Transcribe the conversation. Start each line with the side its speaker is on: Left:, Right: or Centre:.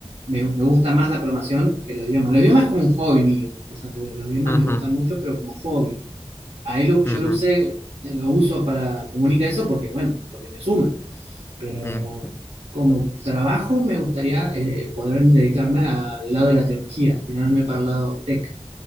Right: me- me gusta más la programación que los idiomas. Los idiomas es como un hobby mío, o sea, porque los idiomas
Left: Ujú,
Right: me gustan mucho, pero como hobby. Ahí lo, yo
Left: ujú,
Right: lo usé, eh, lo uso para, como un ingreso porque, bueno, porque me suma pero
Left: mm.
Right: como trabajo me gustaría eh, poder dedicarme al lado de la tecnología, tirarme para el lado tech.